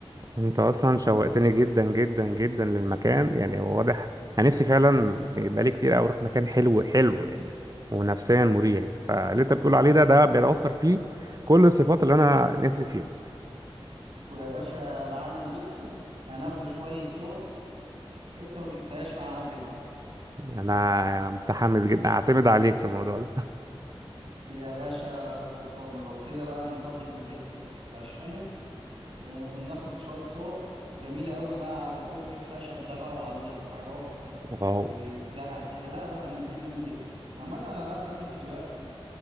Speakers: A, on the right; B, on the right.
A: انت اصلا شوقتني جدا جدا جدا للمكان يعني هو واضح انا نفسي فعلا بقالي كتير قوي اروح مكان حلو حلو يعني ونفسيا مريح فاللي انت بتقول عليه ده ده بيتوفر فيه كل الصفات اللي انا نفسي فيها
B: ويا باشا معانا البيكسل هناخده شوية صور انت ما شفتهاش مع ابل بقى
A: انا متحمس جدا اعتمد عليك في الموضوع ده
B: يا باشا خلصانة لو كده بقى انتظر البيكسل بقى اشحنه وناخد شوية صور جميلة قوي بقى على الكوبري الخشب ده بقى وعند البحيرات
A: واو
B: والزرع كده لا لا المكان جميل جدا عامة انا هبعت لك ليه فيديوهات